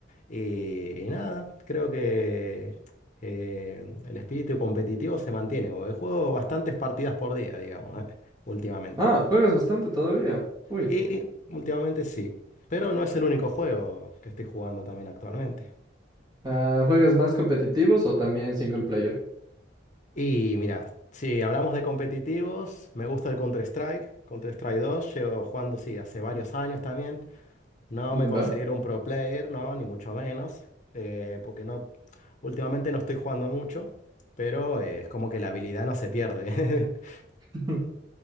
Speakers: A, on the left; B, on the right.
A: Y, y nada, creo que eh, el espíritu competitivo se mantiene. porque Juego bastantes partidas por día, digamos, eh, últimamente.
B: Ah, juegas bastante todavía. Uy.
A: Y últimamente sí. Pero no es el único juego que estoy jugando también actualmente.
B: Ah, ¿juegas más competitivos o también single player?
A: Y mira, si hablamos de competitivos, me gusta el Counter-Strike, Counter-Strike dos, llevo jugando, sí, hace varios años también. No
B: Mm,
A: me considero
B: ¿Va?
A: un pro player, no, ni mucho menos, eh, porque no, últimamente no estoy jugando mucho, pero eh, es como que la habilidad no se pierde. <laughs>
B: <laughs>